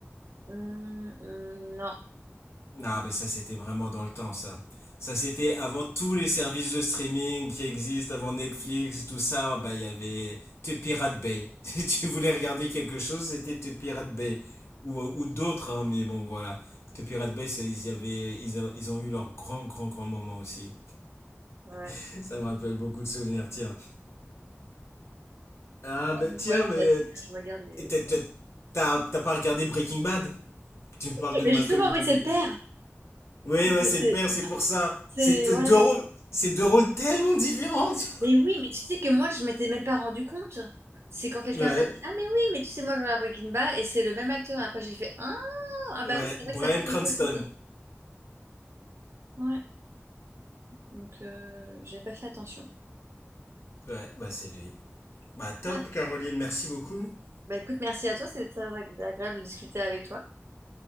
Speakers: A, on the right; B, on the left.
A: Hum, hum, non,
B: Ah, ben ça, c'était vraiment dans le temps, ça. Ça, c'était avant tous les services de streaming qui existent, avant Netflix, tout ça. Bah, il y avait The Pirate Bay. <laughs> Si tu voulais regarder quelque chose, c'était The Pirate Bay. Ou, euh, ou d'autres, hein, mais bon, voilà. The Pirate Bay, ça, ils y avaient, ils, a- ils ont eu leur grand, grand, grand moment aussi.
A: ouais.
B: <laughs> Ça me rappelle beaucoup de souvenirs, tiens. Ah,
A: Ouais,
B: ben,
A: Donc
B: tiens,
A: voilà, c'est
B: mais.
A: là-dessus
B: t-
A: que je regarde les.
B: t'as t'as- t'as- t'as pas regardé Breaking Bad? Tu me parles de
A: Eh ben
B: Malcolm
A: justement,
B: in
A: oui,
B: the
A: c'est
B: Middle.
A: le père.
B: Oui,
A: C'est,
B: ouais,
A: c'est,
B: c'est
A: c'est-
B: le père, c'est pour ça.
A: c'est-
B: C'est t-
A: voilà.
B: deux rôles, c'est deux rôles tellement différents. <laughs> tu
A: Mais oui, mais tu sais que moi, je m'étais même pas rendu compte. C'est quand quelqu'un
B: vois. Ouais,
A: m'a dit, Ah, mais oui, mais tu sais, moi, je regarde Breaking Bad et c'est le même acteur. Après, j'ai fait, Ah, ah bah
B: ouais,
A: oui, c'est vrai
B: Bryan
A: que ça me dit quelque
B: Cranston.
A: chose. Ouais. Donc, euh, j'avais pas fait attention.
B: Ouais, bah c'est lui. Bah top,
A: Ouais.
B: Caroline, merci beaucoup.
A: Bah écoute, merci à toi, c'était très ag- agréable de discuter avec toi.